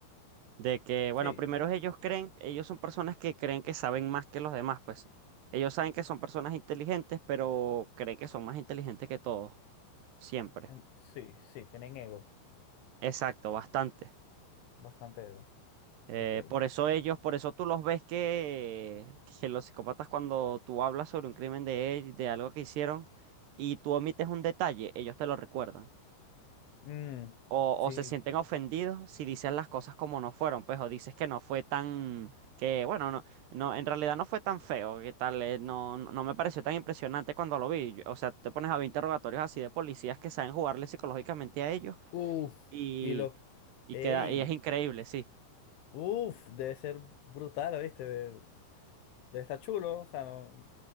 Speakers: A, on the right (about 65°); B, on the left (about 80°).
A: de que, bueno,
B: Sí,
A: primero ellos creen, ellos son personas que creen que saben más que los demás, pues. Ellos saben que son personas inteligentes, pero creen que son más inteligentes que todos, siempre.
B: en- sí, sí, tienen ego.
A: Exacto, bastante.
B: Bastante ego.
A: Eh,
B: Ok.
A: por eso ellos, por eso tú los ves que, que los psicópatas cuando tú hablas sobre un crimen de ellos, de algo que hicieron, y tú omites un detalle, ellos te lo recuerdan.
B: Mm,
A: O,
B: sí,
A: o se sienten ofendidos si dices las cosas como no fueron, pues, o dices que no fue tan, que bueno, no, no, en realidad no fue tan feo, que tal, eh, no, no no me pareció tan impresionante cuando lo vi. Yo- O sea, te pones a ver interrogatorios así de policías que saben jugarle psicológicamente a ellos
B: Uf,
A: y,
B: y los...
A: y
B: ¡Ey!
A: queda, y es increíble, sí.
B: Uf, debe ser brutal, ¿viste? Debe estar chulo, o sea, no...